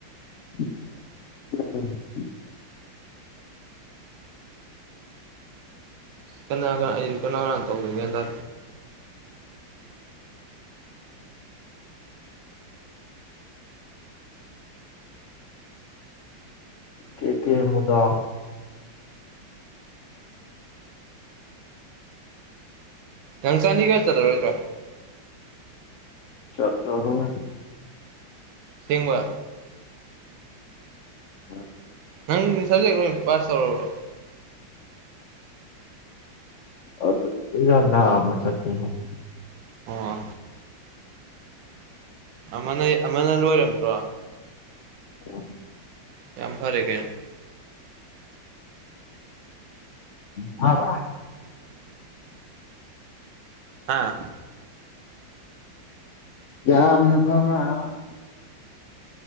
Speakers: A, on the left; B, on the right.
A: <inaudible>
B: ꯀꯅꯥꯒ ꯑꯩ ꯀꯅꯔꯥ ꯇꯧꯔꯒꯦꯗ
A: ꯀꯦ ꯀꯦ ꯃꯨꯗꯥꯎ
B: ꯅꯪ ꯆꯥꯟꯗꯤꯒꯔ ꯆꯠꯂꯔꯣꯏꯗ꯭ꯔꯣ
A: ꯆꯠꯂꯔꯣꯏ
B: ꯁꯦꯡꯕ
A: ꯎꯝ
B: ꯅꯪ ꯁ꯭ꯕꯖꯦꯛ ꯂꯣꯏ ꯄꯥꯁ ꯇꯧꯔꯕꯣ
A: ꯑꯗꯨ ꯌꯥꯝ ꯅꯥꯝꯃ <unintelligible>
B: ꯑꯣ ꯑꯃꯅ ꯑꯃꯅ ꯂꯣꯏꯔꯝꯗ꯭ꯔꯣ
A: <unintelligible>
B: ꯌꯥꯝ ꯐꯔꯦ <unintelligible>
A: ꯐꯕ꯭ꯔꯥ
B: ꯑꯥ
A: ꯌꯥꯝꯅ <unintelligible>